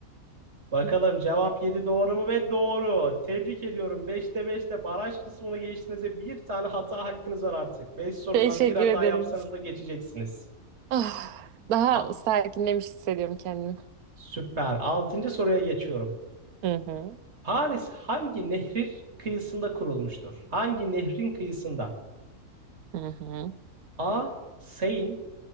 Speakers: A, on the right; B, on the right.
A: Bakalım
B: Hı.
A: cevap 7 doğru mu ve doğru. Tebrik ediyorum. Beşte beşte baraj kısmını geçtiniz bir tane hata hakkınız var artık. 5 sorudan
B: Teşekkür
A: bir hata
B: ederim.
A: yapsanız da geçeceksiniz.
B: Ah, daha
A: A
B: sakinlemiş hissediyorum kendimi.
A: süper. Altıncı soruya geçiyorum.
B: Hı hı.
A: Paris hangi nehrin kıyısında kurulmuştur? Hangi nehrin kıyısında?
B: Hı hı.
A: A. Seine